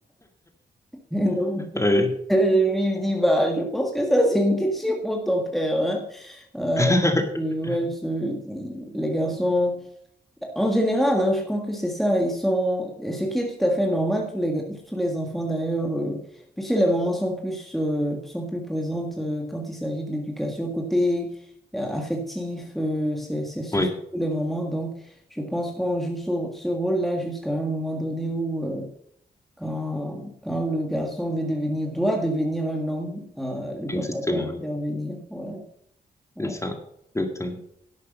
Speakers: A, in the centre; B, on the left (about 15°).
A: <laughs> Et donc, euh,
B: Ouais.
A: je lui dis, bah, je pense que ça, c'est une question pour ton père, hein. Euh,
B: <laughs>
A: donc, euh, ouais, ce- les garçons. En général, hein, je crois que c'est ça. Ils sont, ce qui est tout à fait normal, tous les, tous les enfants d'ailleurs, euh, puisque les mamans sont plus, euh, sont plus présentes euh, quand il s'agit de l'éducation. Côté euh, affectif, euh, c'est c'est- c'est
B: Oui,
A: surtout les mamans. Donc, je pense qu'on joue ce, ce rôle-là jusqu'à un moment donné où, euh, quand, quand le garçon veut devenir, doit devenir un homme, euh, le
B: exactement,
A: papa doit intervenir.
B: oui.
A: Ouais, ouais,
B: C'est ça. Exactement.